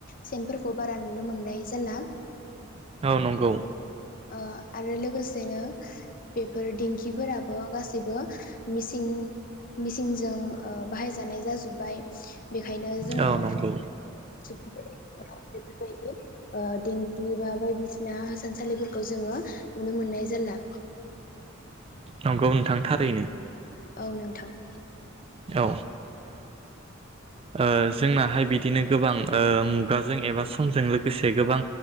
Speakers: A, on the left; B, on the right.
A: सेनफोरखौ बारा नुनो मोननाय जाला
B: औ नंगौ
A: ओ आरो लोगोसेनो बेफोर दिंखिफोराबो गासैबो मिसिन मिसिनजों बाहायजानाय जाजोब्बाय। बेखायनो जोङो
B: औ नंगौ
A: सुबुं बेफोरबायदि दिेंखि बा बायदिसिना <unintelligible> सानसालि खौ जोङो नुनो मोननाय जाला।
B: नंगौ नोंथां थारैनो।
A: औ नोंथां।
B: औ ओ जोंनाहाय बिदिनो गोबां ओ मुगाजों एबा समजों लोगोसे गोबां